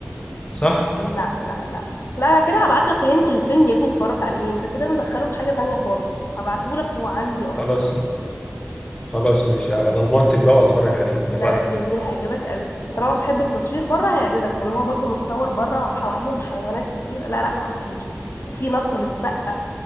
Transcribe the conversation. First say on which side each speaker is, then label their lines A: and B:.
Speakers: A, on the left; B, on the left.
A: صح؟
B: لا لا لا لا انا كده هبعت لك لينك للفيلم يا ابني اتفرج عليه انت كده مدخله في حاجة تانية خالص هبعته لك هو عندي اصلا
A: خلاص خلاص ماشي على ضمانتك بقى واتفرج عليه اتفقنا
B: لا لا جميل هيعجبك قوي وطالما بتحب التصوير بره هيعجبك لان هو برضو متصور بره وحواليهم حيوانات كتير لا لا خطير وفي نطة للسقة